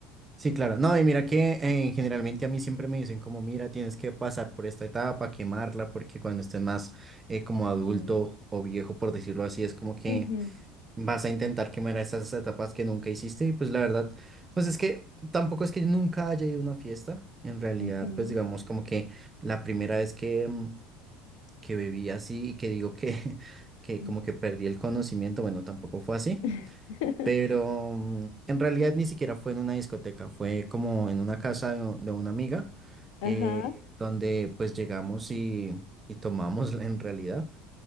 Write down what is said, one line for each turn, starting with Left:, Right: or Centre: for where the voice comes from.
Right: Sí, claro. No, y mira que eh, generalmente a mí siempre me dicen como, mira, tienes que pasar por esta etapa, quemarla, porque cuando estés más eh, como adulto
Left: Mm,
Right: o viejo, por decirlo así, es como que
Left: ujú,
Right: vas a intentar quemar esas etapas que nunca hiciste. Y pues la verdad, pues es que tampoco es que nunca haya ido a una fiesta. En realidad,
Left: ujú,
Right: pues digamos como que la primera vez que... mm, que bebí así y que digo que, <laughs> que
Left: mm.
Right: como que perdí el conocimiento, bueno, tampoco fue así,
Left: <laughs>
Right: pero mm, en realidad ni siquiera fue en una discoteca, fue como en una casa de, de una amiga,
Left: Ajá.
Right: eh, donde pues llegamos y, y tomamos <laughs> en realidad,